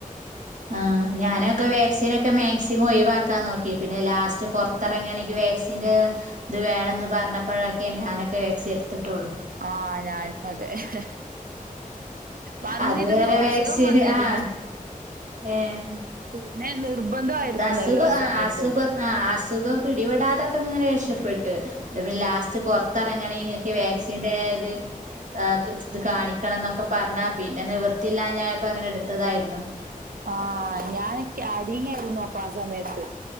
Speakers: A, on the right (about 60°); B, on the right (about 80°).
A: ആഹ് ഞാനൊക്കെ വാക്സിനൊക്കെ മാക്സിമം ഒഴിവാക്കാൻ നോക്കി പിന്നെ ലാസ്റ്റ് പൊറ്ത്തറങ്ങണെങ്കി വാ ക്സിന്റെ ഇത് വേണംന്ന് പറ്ഞ്ഞപ്പഴൊക്കേണ് ഞാനൊ ക്കെ വാക്സി എട്ത്ത്ട്ടോള്ളു
B: ആ ഞാനും അതെ വന്നിരുന്നു
A: അത് വേരെ വാക്സിന്
B: അസുഖം വന്നിരുന്നു
A: ആഹ് ഏഹ്
B: പിന്നെ നിർബന്ധമായിരുന്നല്ലോ
A: ഇത് അസുഖം
B: ആ
A: ആഹ്
B: സമയത്ത്
A: അസുഖം ആഹ് അസുഖം പിടിപെടാതൊക്കങ്ങനെ രക്ഷപ്പെട്ട് ന്ന്ട്ട് പിന് ലാസ്റ്റ് പൊറ്ത്തറങ്ങണേ ഇങ്ങക്ക് വാക്സിന്റേര് ആഹ് <unintelligible> ഇത് കാണിക്കണന്നൊക്ക പറ്ഞ്ഞാ പിന്നെ നിവർത്തിയില്ലാഞ്ഞാ ഇപ്പങ്ങനെ ഇട്ത്തതായിരുന്നു
B: ആഹ് ഞാന് ഗ്യാരിങ്ങായിരുന്നു അപ്പൊ ആ സമയത്ത്